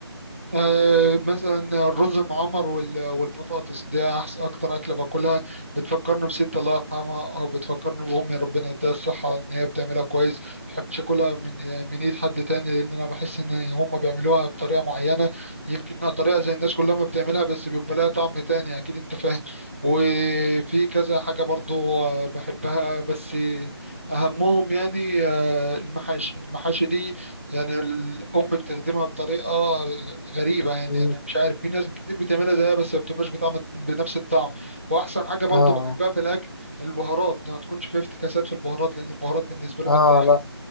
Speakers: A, on the right (about 30°); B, on the left (about 60°).
A: آه، مثلا الرز المعمر وال- والبطاطس دي أحس- اكتر اكله باكلها بتفكرني بست الله يرحمها او بتفكرني بامي ربنا يديها الصحه ان هي بتعملها كويس ما بحبش اكلها من آه، من ايد حد تاني لان انا بحس ان هم بيعملوها بطريقه معينه يمكن انها طريقه زي الناس كلها ما بتعملها بس بيبقى لها طعم تاني اكيد انت فاهم وفي كذا حاجه برضو آه، بحبها بس اهمهم يعني آه، المحاشي المحاشي دي يعني الام بتخدمها بطريقه غريبة يعني
B: مم.
A: أنا مش عارف في ناس كتير بتعملها زيها بس ما بتبقاش بطعم بنفس الطعم وأحسن حاجة برضو
B: آه
A: بحبها في الأكل البهارات ما تكونش فيها افتكاسات في البهارات لأن البهارات بالنسبة لي
B: آه
A: بتضيع
B: آه، لا